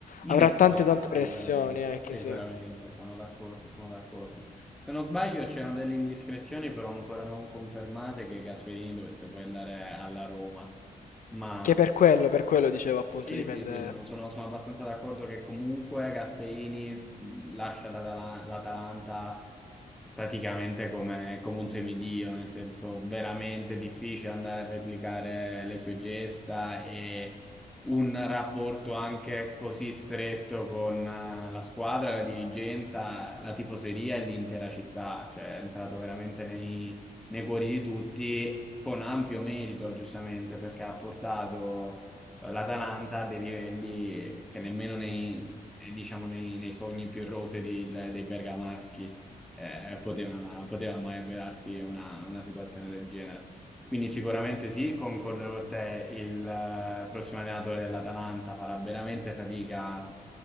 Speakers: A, in the centre; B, on the left.
A: In
B: avrà
A: difficoltà,
B: tante tante
A: sicuramente,
B: pressioni, eh, che
A: sicuramente,
B: sì.
A: sono d'accordo, sono d'accordo. Se non sbaglio c'erano delle indiscrezioni però ancora non confermate che Gasperini dovesse poi andare alla Roma, ma
B: Che per quello, per quello dicevo appunto
A: sì,
B: dipende
A: sì, sì, no, sono, sono abbastanza d'accordo che comunque Gasperini mh, lascia l'Atala- l'Atalanta praticamente come, come un semidio, nel senso veramente difficile andare a replicare le sue gesta e un rapporto anche così stretto con eh, la squadra, la dirigenza, la tifoseria e l'intera città, cioè è entrato veramente nei, nei cuori di tutti con ampio merito, giustamente, perché ha portato eh, l'Atalanta a dei livelli che nemmeno nei, eh, diciamo, nei, nei sogni più rosei dei, dei bergamaschi eh, poteva, poteva mai avverarsi una, una situazione del genere. Quindi sicuramente sì, concordo con te, il eh, prossimo allenatore dell'Atalanta farà veramente fatica